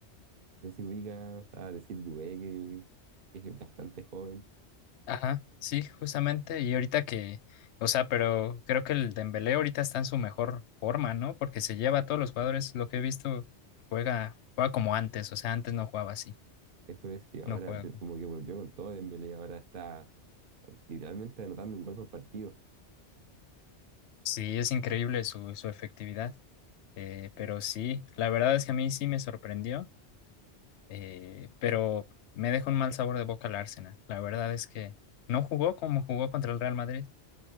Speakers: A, on the right; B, on the left.
A: No sé si ubicas a decir Dubé, que, que es bastante joven.
B: Ajá, sí, justamente. Y ahorita que, o sea, pero creo que el Dembélé ahorita está en su mejor forma, ¿no? Porque se lleva a todos los jugadores. Lo que he visto, juega, juega como antes. O sea, antes no jugaba así.
A: Eso es que ahora
B: No juega
A: ve-
B: como.
A: como que volvió con todo Dembélé, ahora está literalmente anotando un gol por partido.
B: Sí, es increíble su, su efectividad. Eh, pero sí, la verdad es que a mí sí me sorprendió. eh, pero me deja un mal sabor de boca el Arsenal. La verdad es que no jugó como jugó contra el Real Madrid.